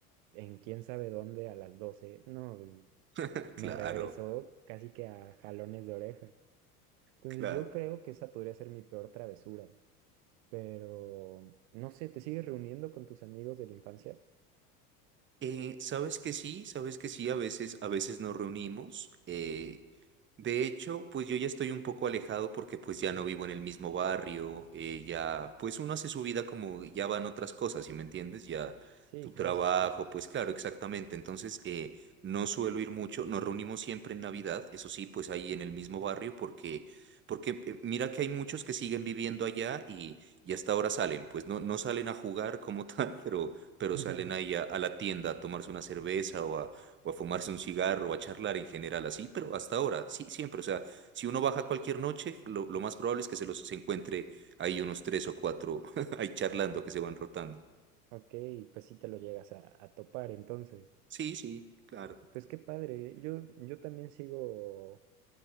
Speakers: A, on the right; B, on the right.
A: en quién sabe dónde a las doce no, pues,
B: <laughs>
A: me
B: Claro,
A: regresó casi que a jalones de oreja. Entonces
B: claro.
A: yo creo que esa podría ser mi peor travesura. Pero, no sé, ¿te sigues reuniendo con tus amigos de la infancia?
B: Eh, sabes que sí, sabes que sí, a veces, a veces nos reunimos. eh, de hecho, pues yo ya estoy un poco alejado porque pues ya no vivo en el mismo barrio, eh, ya, pues uno hace su vida como ya van otras cosas, ¿sí me entiendes? Ya
A: Sí,
B: tu trabajo,
A: creces, creces.
B: pues claro, exactamente. Entonces, eh, no suelo ir mucho, nos reunimos siempre en Navidad, eso sí, pues ahí en el mismo barrio porque... Porque eh, mira que hay muchos que siguen viviendo allá y, y hasta ahora salen, pues no, no salen a jugar como tal, <laughs> pero, pero
A: <laughs>
B: salen ahí a, a la tienda a tomarse una cerveza o a, o a fumarse un cigarro o a charlar en general así, pero hasta ahora, sí, siempre, o sea, si uno baja cualquier noche, lo, lo más probable es que se los se encuentre ahí unos tres o cuatro <laughs> ahí charlando que se van rotando.
A: Ok, pues sí te lo llegas a, a topar entonces.
B: Sí, sí, claro.
A: Pues qué padre, yo, yo también sigo